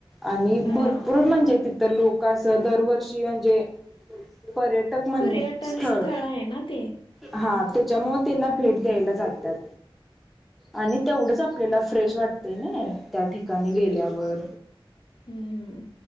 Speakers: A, in the centre; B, on the left.
A: आणि
B: हा
A: भरपूर म्हणजे तिथं लोक कासं दरवर्षी म्हणजे पर्यट टक मन
B: पर्यटन
A: स्थळ
B: आहे ना ते
A: हा त्याच्यामुळं तिला भेट द्यायला जात्यात. आणि तेवढंच आपल्याला फ्रेश वाटते नय त्या ठिकाणी गेल्यावर.
B: हम्म